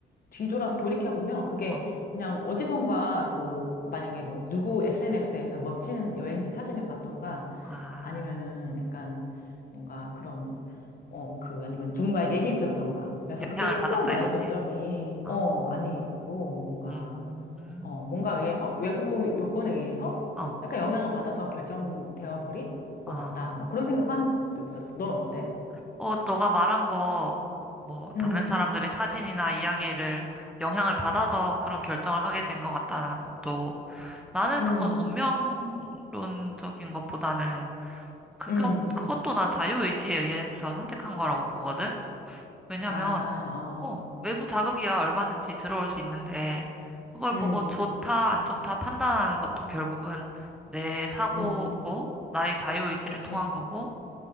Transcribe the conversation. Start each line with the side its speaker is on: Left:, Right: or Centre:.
Left: 뒤돌아서 돌이켜보면 그게
Centre: 어.
Left: 그냥 어디선가 그 만약에 뭐 누구 SNS에서 멋진 여행지 사진을 봤던가
Centre: 아,
Left: 아니면은 약간 뭔가 그런 어, 그, 아니면 누군가의 얘기를 들었던가. 그래서
Centre: 영향을
Left: 그게 순수한
Centre: 받았다
Left: 나의
Centre: 이거지.
Left: 결정이,
Centre: 어.
Left: 어, 아니고, 뭔가,
Centre: 음.
Left: 어, 뭔가 의해서, 외부 요건에 의해서
Centre: 어,
Left: 약간 영향을 받아서 결정되어 버린 것
Centre: 아,
Left: 같다. 막 그런
Centre: 음,
Left: 생각 한 적도 있었어. 넌 어때?
Centre: 어. 어, 너가 말한 거, 뭐,
Left: 음,
Centre: 다른 사람들이 사진이나 이야기를 영향을 받아서 그런 결정을 하게 된 것 같다는 것도, 나는
Left: 음,
Centre: 그건 운명론적인 것보다는, 그것,
Left: 음,
Centre: 그것도 난 자유의지에 의해서 선택한 거라고 보거든? 왜냐면,
Left: 아, 어,
Centre: 어, 외부 자극이야 얼마든지 들어올 수 있는데, 그걸
Left: 음,
Centre: 보고 좋다, 안 좋다 판단하는 것도 결국은 내 사고고,
Left: 음,
Centre: 나의 자유의지를
Left: 그치.
Centre: 통한 거고,